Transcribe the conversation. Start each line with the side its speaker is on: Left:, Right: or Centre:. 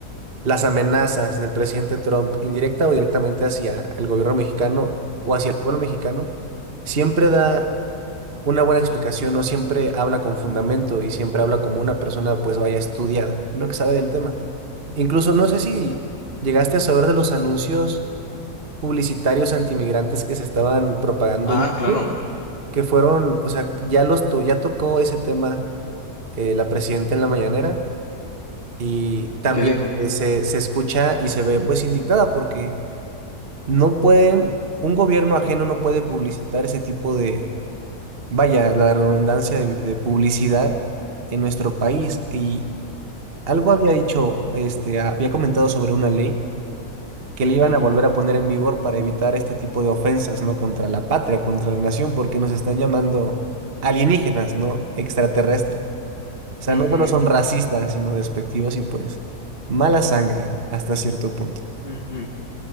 Right: las amenazas del presidente Trump, indirecta o directamente hacia el gobierno mexicano o hacia el pueblo mexicano, siempre da una buena explicación, no siempre habla con fundamento y siempre habla como una persona, pues vaya estudiada, no que sabe del tema. Incluso no sé si llegaste a saber de los anuncios publicitarios antimigrantes que se estaban propagando
Left: Ah,
Right: en YouTube,
Left: claro.
Right: que fueron, o sea, ya los to- ya tocó ese tema eh, la presidenta en la mañanera y también
Left: ¿Y qué dijo?
Right: eh, se, se escucha y se ve pues indignada porque no pueden, un gobierno ajeno no puede publicitar ese tipo de, vaya, la redundancia de, de publicidad en nuestro país. Y algo había dicho, este, había comentado sobre una ley que
Left: Ujú,
Right: le iban a volver a poner en vigor para evitar este tipo de ofensas, ¿no? Contra la patria, contra la nación, porque nos están llamando alienígenas, ¿no? Extraterrestres. O sea,
Left: ujú,
Right: no solo son racistas, sino despectivos y pues mala sangre hasta cierto punto.
Left: ujú,